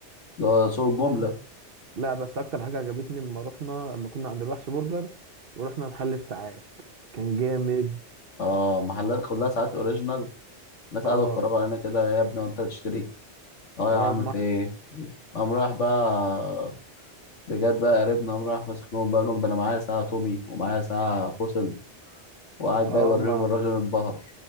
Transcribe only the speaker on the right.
لا بس اكتر حاجة عجبتني لما رحنا لما كنا عند الوحش برجر ورحنا محل الساعات كان جامد
اه
اه
ما
اه
ما